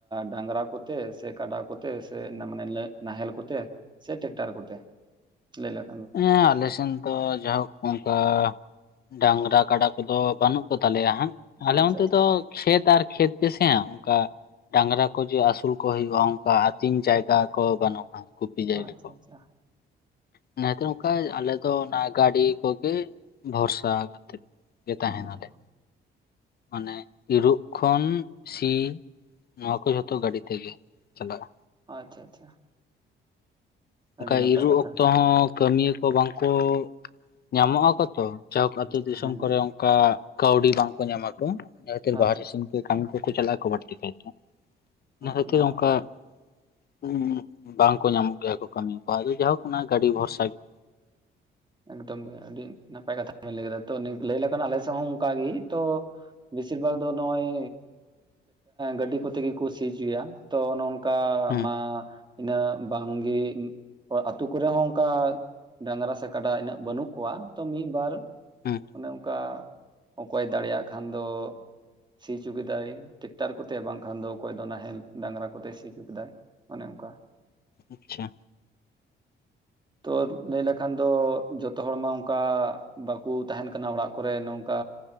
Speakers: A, on the right; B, on the left.
A: ᱰᱟᱝᱨᱟ ᱠᱚᱛᱮ ᱥᱮ ᱠᱟᱰᱟ ᱠᱚᱛᱮ ᱥᱮ <unintelligible> ᱢᱟᱱᱮ ᱱᱟᱦᱮᱞ ᱠᱚᱛᱮ ᱥᱮ ᱴᱮᱠᱴᱟᱨ ᱠᱚᱛᱮ ᱞᱟᱹᱭ ᱞᱮᱢ
B: ᱦᱮᱸ ᱟᱞᱮ ᱥᱮᱱ ᱫᱚ ᱡᱟᱭᱦᱳᱠ ᱚᱱᱠᱟ ᱰᱟᱝᱨᱟ ᱠᱟᱰᱟ ᱠᱚᱫᱚ ᱵᱟᱹᱱᱩᱜ ᱠᱚ ᱛᱟᱞᱮᱭᱟ ᱦᱟᱸᱜ ᱟᱞᱮ
A: ᱟᱪᱪᱷᱟ
B: ᱚᱱᱛᱮ
A: ᱟᱪᱪᱷᱟ
B: ᱫᱚ ᱠᱷᱮᱛ ᱟᱨ ᱠᱷᱮᱛ ᱜᱮᱥᱮ ᱚᱱᱠᱟ ᱰᱟᱝᱨᱟ ᱠᱚ ᱡᱮ ᱟᱹᱥᱩᱞ ᱠᱚ ᱦᱩᱭᱩᱜᱼᱟ ᱚᱱᱠᱟ ᱟᱹᱛᱤᱧ ᱡᱟᱭᱜᱟ ᱠᱚ ᱵᱟᱹᱱᱩᱜᱼᱟ ᱜᱩᱯᱤ ᱡᱟᱭᱜᱟ
A: ᱟᱪᱪᱷᱟ
B: ᱠᱚ
A: ᱟᱪᱪᱷᱟ
B: ᱚᱱᱟᱛᱮ ᱱᱚᱝᱠᱟ ᱟᱞᱮ ᱫᱚ ᱚᱱᱟ ᱜᱟᱹᱰᱤ ᱠᱚᱜᱮ ᱵᱷᱚᱨᱥᱟ ᱠᱟᱛᱮᱜ ᱜᱮ
A: ᱦᱩᱸ
B: ᱛᱟᱦᱮᱱᱟᱞᱮ ᱢᱟᱱᱮ ᱤᱨᱚᱜ ᱠᱷᱚᱱ ᱥᱤ ᱱᱚᱶᱟ ᱠᱚ ᱡᱷᱚᱛᱚ ᱜᱟᱹᱰᱤ ᱛᱮᱜᱮ ᱪᱟᱞᱟᱜᱼᱟ
A: ᱟᱪᱪᱷᱟ ᱟᱪᱪᱷᱟ
B: ᱚᱱᱠᱟ
A: ᱟᱹᱰᱤ ᱱᱟᱯᱟᱭ
B: ᱤᱨᱚᱜ
A: ᱠᱟᱛᱷᱟ
B: ᱚᱠᱛᱚ ᱦᱚᱸ ᱠᱟᱹᱢᱤᱭᱟᱹ ᱠᱚ ᱵᱟᱝᱠᱚ ᱧᱟᱢᱚᱜ ᱟᱠᱚ ᱛᱚ ᱡᱟᱭᱦᱳᱠ
A: ᱦᱮᱸ
B: ᱟᱛᱳ ᱫᱤᱥᱚᱢ
A: ᱦᱮᱸ
B: ᱠᱚᱨᱮ ᱚᱝᱠᱟ ᱠᱟᱹᱣᱰᱤ ᱵᱟᱝᱠᱚ ᱧᱟᱢᱟᱠᱚ ᱚᱱᱟ ᱠᱷᱟᱹᱛᱤᱨ
A: ᱟᱪᱪᱷᱟ
B: ᱵᱟᱦᱨᱮ ᱫᱤᱥᱚᱢ ᱠᱟᱹᱢᱤ ᱠᱚᱠᱚ ᱪᱟᱞᱟᱜ ᱟᱠᱚ ᱵᱟᱹᱲᱛᱤ ᱠᱟᱭᱛᱮ ᱤᱱᱟᱹ ᱠᱷᱟᱹᱛᱤᱨ
A: ᱚᱱᱟ ᱢᱟ
B: ᱚᱝᱠᱟ
A: ᱠᱟᱛᱷᱟ
B: ᱦᱩᱸ ᱵᱟᱝᱠᱚ ᱧᱟᱢᱚᱜ ᱜᱮᱭᱟ ᱠᱚ ᱠᱟᱹᱢᱤᱭᱟ ᱠᱚᱣᱟ ᱟᱫᱚ ᱡᱟᱭᱦᱳᱠ ᱠᱟᱱᱟ ᱜᱟᱹᱰᱤ ᱵᱷᱚᱨᱥᱟ ᱜᱮ
A: ᱮᱠᱫᱚᱢ ᱜᱮ ᱟᱹᱰᱤ ᱱᱟᱯᱟᱭ ᱠᱟᱛᱷᱟ ᱞᱟᱹᱭ ᱠᱮᱫᱟ ᱛᱚ ᱞᱟᱹᱭᱞᱮᱠᱷᱟᱱ ᱟᱞᱮ ᱥᱮᱸ ᱦᱚᱸ ᱚᱱᱠᱟᱜᱮ ᱛᱚ ᱵᱮᱥᱤᱨ ᱵᱷᱟᱜ ᱫᱚ ᱱᱚᱜᱚᱭ ᱜᱟᱹᱰᱤ ᱠᱚᱛᱮ ᱜᱮᱠᱚ ᱥᱤᱪᱩᱭᱟ ᱛᱚ ᱚᱱᱠᱟ
B: ᱦᱮᱸ
A: ᱢᱟ ᱤᱱᱟᱹ ᱵᱟᱝᱜᱤ ᱟᱛᱳ ᱠᱚᱨᱮ ᱦᱚᱸ ᱚᱱᱠᱟ ᱰᱟᱝᱨᱟ ᱥᱮ ᱠᱟᱰᱟ ᱤᱱᱟᱹᱜ ᱵᱟᱹᱱᱩᱜ ᱠᱚᱣᱟ ᱛᱚ ᱢᱤᱫᱵᱟᱨ
B: ᱦᱮᱸ
A: ᱚᱱᱮ ᱚᱱᱠᱟ ᱚᱠᱚᱭ ᱫᱟᱲᱮᱭᱟᱜ ᱠᱷᱟᱱ ᱫᱚ ᱥᱤ ᱚᱪᱚ ᱠᱮᱫᱟᱭ ᱴᱮᱠᱴᱟᱨ ᱠᱚᱛᱮ ᱵᱟᱝᱠᱷᱟᱱ ᱫᱚ ᱚᱠᱚᱭ ᱫᱚ ᱱᱟᱦᱮᱞ ᱰᱟᱝᱨᱟ ᱠᱚᱛᱮ ᱥᱤ ᱚᱪᱩ ᱠᱮᱫᱟᱭ ᱚᱱᱮ ᱚᱱᱠᱟ
B: ᱟᱪᱪᱷᱟ
A: ᱛᱚ ᱞᱟᱹᱭ ᱞᱮᱠᱷᱟᱱ ᱫᱚ ᱡᱚᱛᱚ ᱡᱚᱛᱚ ᱦᱚᱲ ᱢᱟ ᱚᱱᱠᱟ ᱵᱟᱠᱚ ᱛᱟᱦᱮᱱ ᱠᱟᱱᱟ ᱚᱲᱟᱜ ᱠᱚᱨᱮ ᱱᱚᱝᱠᱟ